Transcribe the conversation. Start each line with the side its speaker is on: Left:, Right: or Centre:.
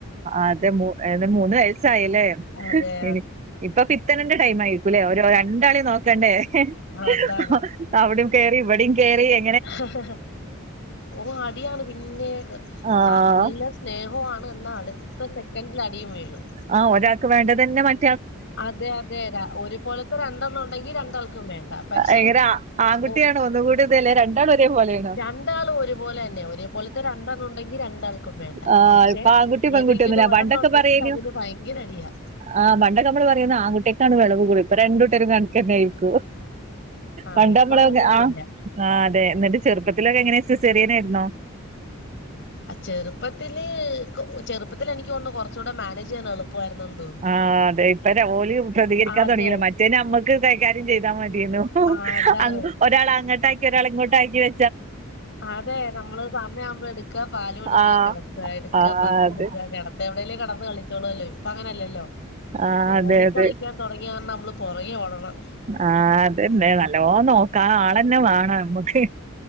Right: അതെ മൂ <unintelligible> മൂന്ന് വയസായല്ലേ
Left: അതെ
Right: എനി ഇപ്പൊ പിത്തനന്റെ ടൈം ആയിക്കുല്ലേ ഓരോ രണ്ടാളിനെ നോക്കണ്ടേ എഹേ
Left: ആഹ് അതാണ്
Right: ഹ അവ്ടേം കേറി ഇവടേം കേറി എ
Left: ഹ ഹ ഹ ഓ അടിയാണ് പിന്നേ ക്
Right: ആഹ്
Left: നല്ല സ്നേഹോവാണ് ണ്ന്ന അടുത്ത സെക്കൻഡിൽ അടിയും വീഴും
Right: ആ ഒരാക്ക് വേണ്ടതന്നെ മൻ
Left: അതെ അതെ ര ഒരുപോലത്തെ രണ്ടെണ്ണം ഒണ്ടെങ്കി രണ്ടാൾക്കും വേണ്ട പക്ഷെ
Right: എങ്ങനെ ആ- ആൺകുട്ടിയാണോ
Left: ഒ
Right: ഒന്നുകൂടി ഇതല്ലേ രണ്ടാളും ഒരേ പോലെയാണോ
Left: രണ്ടാളും ഒരുപോലെന്നെ ഒരേപോലത്തെ രണ്ടണ്ണോ ണ്ടെങ്കി രണ്ടാൾക്കും വേണ്ട
Right: ആഹ്
Left: പക്ഷെ
Right: ഇപ്പൊ ആൺകുട്ടി പെൺകുട്ടി
Left: ഏതെങ്കിലും
Right: ഒന്നുല്ല
Left: ഒരെണ്ണോണ്ടെങ്കിൽ
Right: പണ്ടൊക്കെ പറയേനു
Left: അതിന് ഭയങ്കരടിയാ
Right: ആഹ് പണ്ടൊക്കെ അമ്മള് പറയുന്ന ആൺകുട്ടിക്കാണ് വിളവ് കൂടല് ഇപ്പൊ രണ്ടൂട്ടരും കണക്ക് തന്നെ ആയിരിക്കും
Left: ആ
Right: പണ്ടമ്മളൊക്കെ
Left: ഇപ്പൊ അങ്ങനെയൊന്നും
Right: ആ
Left: ഇല്ല
Right: അതെ എന്നിട്ട് ചെറുപ്പത്തിലൊക്കെ എങ്ങനെ സിസേറിയനായിരുന്നോ
Left: ആ ചെറുപ്പത്തില് കൊ ചെറുപ്പത്തിൽ എനിക്കോണു കുറച്ചൂടെ മാനേജ് ചെയ്യാനള്ളു പോവായിരുന്നു ന്തോ
Right: ആഹ് അതെ ഇപ്പന്നെ ഓല് പ്രതികരിക്കാ
Left: അതെ
Right: തൊട്ങ്ങിലോ മറ്റേ നമ്മക്ക് കൈകാര്യം ചെയ്താ മത്യേന്നു.
Left: ആ അതാണ്
Right: അ ഒരാളങ്ങട്ടാക്കി ഒരാള് ഇങ്ങോട്ടാക്കി വെ
Left: അതെ നമ്മള് സമയാവുമ്പ എടുക്ക പാലു കൊടുക്ക
Right: ആഹ്
Left: കിടത്ത എടുക്ക
Right: ആഹ്
Left: പാലു
Right: അതെ
Left: കൊടുക്ക കെട എവിടെലും കെടന്ന് കളിച്ചോളൂല്ലോ ഇപ്പങ്ങനല്ലല്ലോ
Right: ആഹ്
Left: ഓടി
Right: അതെ അതെ
Left: കളിക്ക്യാൻ. തൊടങ്ങ്യര്ണ മ്മള് പൊറകെ ഓടണം.
Right: ആഹ് അതെന്നെ നല്ലോ നോക്കാ ആളെന്നെ വേണ നമ്മക്ക്.